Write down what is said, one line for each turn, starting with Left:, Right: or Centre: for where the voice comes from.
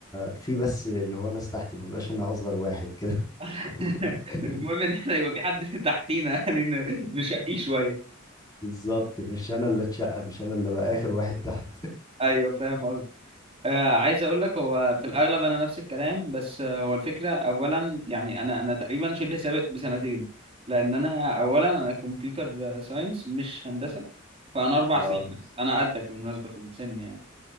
Left: في بس اللي هو ناس تحتي مبقاش انا اصغر واحد كده
Right: <laughs>
Left: <laughs>
Right: المهم ان احنا يبقى في حد <laughs> تحتينا يعني ن- نشقيه شويه
Left: بالظبط مش انا اللي اتشقى مش انا اللي بقى اخر واحد تحت
Right: ايوه فاهم قصدي آه عايز اقول لك هو في الاغلب انا نفس الكلام بس آه هو الفكره اولا يعني انا انا تقريبا شبه سابق بسنتين لان انا اولا انا كمبيوتر ساينس مش هندسه فانا
Left: <laughs>
Right: اربع
Left: اه
Right: سنين بس انا قدك بالمناسبه في السن يعني